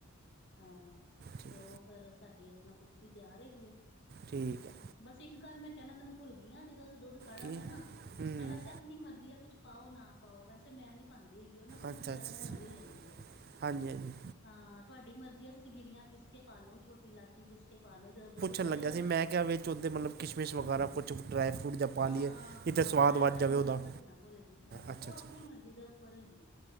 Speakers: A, on the left (about 50°); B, on the right (about 45°).
A: ਹਾਂ
B: ਠੀਕ
A: ਤੇ ਉਹ ਫਿਰ ਸਾਡੀ ਕੁਲਫੀ ਤਿਆਰ ਹੈਗੀ ਏ
B: ਠੀਕ ਹੈ
A: ਬਸ ਇੱਕ ਗੱਲ ਮੈਂ ਕਹਿਣਾ ਤੈਨੂੰ ਭੁੱਲ ਗਈ ਹਾਂ ਜਦੋਂ ਅਸੀਂ ਦੁੱਧ ਕਾੜਾਂਗੇ
B: ਕੀ
A: ਨਾ
B: ਹੂੰ
A: ਤਾਂ ਵੈਸੇ ਆਪਣੀ ਮਰਜ਼ੀ ਆ ਕੁਛ ਪਾਓ ਨਾ ਪਾਓ ਵੈਸੇ ਮੈਂ ਨੀ ਪਾਂਦੀ ਹੈਗੀ ਉਹ ਨਾ ਕੁਲਫੀ
B: ਅੱਛਾ
A: ਜਿਆਦਾ
B: ਅੱਛਾ ਅੱਛਾ,
A: ਹੈਵੀ ਹੋ ਜਾਂਦੀ ਫੇਰ
B: ਹਾਂਜੀ ਹਾਂਜੀ
A: ਹਾਂ ਤੁਹਾਡੀ ਮਰਜ਼ੀ ਆ ਤੁਸੀਂ ਗਿਰੀਆਂ ਪੀਸ ਕੇ ਪਾ ਲੋ ਛੋਟੀ ਇਲਾਚੀ ਪਿਸ ਕੇ ਪਾ ਲੋ ਜਦੋਂ ਦੁੱਧ
B: ਅੱਛਾ
A: ਕੜੇਗਾ
B: ਲੱਗਿਆ ਸੀ
A: ਨਾ
B: ਮੈਂ ਕਿਹਾ ਵਿਚ ਉਦੇ ਮਤਲਬ ਕਿਸ਼ਮਿਸ਼ ਵਗੈਰਾ ਕੁਛ ਡਰਾਈ ਫਰੂਟ ਜਾਂ ਪਾ
A: ਹਾਂ
B: ਲੀਏ ਕਿਤੇ
A: ਹਾਂ
B: ਸਵਾਦ ਵੱਧ
A: ਇਹ ਗੱਲ
B: ਜਾਵੇ
A: ਮੈਂ
B: ਉਹਦਾ
A: ਤੈਨੂੰ ਦੱਸਣਾ ਭੁੱਲ ਗੀ ਹਾਂ ਉਹ
B: ਅੱਛਾ ਅੱਛਾ
A: ਆਪਣੀ ਮਰਜ਼ੀ ਦਾ ਉੱਪਰ ਹੈਗੀ ਆ